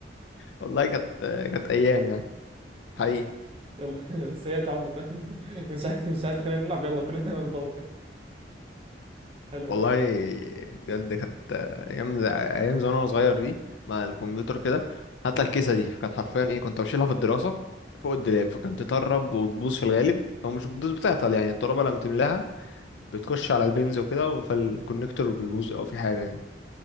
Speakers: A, on the left; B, on the right.
A: والله كانت كانت ايام يعني حقيقي
B: يلا سيئة عم فاهم <laughs> مش عايز مش عايز تخلينا نلعب يلا كلنا <laughs> ننضرب حلو
A: والله بجد كانت ايام ز- ايام زمان وانا صغير دي مع الكمبيوتر كده حتى الكيسه دي كانت حرفيا ايه كنت بشيلها في الدراسه فوق الدولاب فكانت تطرب وتبوظ في الغالب او مش بتبوظ بتعطل يعني الترابه لما تملاها بتخش على البنز وكده فالكونكتور بيبوظ او في حاجه يعني